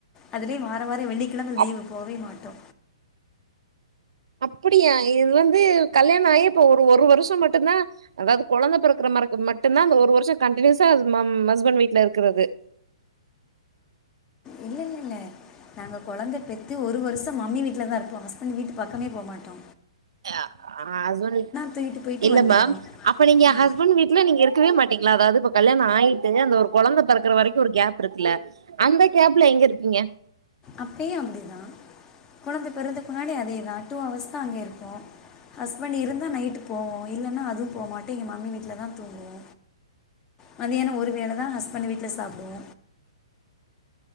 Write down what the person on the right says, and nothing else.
அப்
அப்புடியா இது வந்து கல்யாணஆயி இப்ப ஒரு ஒரு வருஷமட்டுந்தா அதாவ்து கொழந்த பிறக்கற மரக்கு மட்டுந்தா அந்த ஒரு வருஷ கண்டடின்யூஸா அது மாம் ஹஸ்பண்ட் வீட்ல இருக்கறது
ஆ ஹஸ்பண்ட் வீட்
இல்ல
மேம் அப்ப நீங்க
ஹஸ்பண் வீட் ல நீங்க இருக்கவே மாட்டீங்களா அதாவ்து இப்ப கல்யாண ஆயிட்டு அந்த ஒர் கொழந்த பிறக்கற வரைக்கு ஒரு கேப் இருக்குல்ல அந்த கேப்ல எங்கருப்பீங்க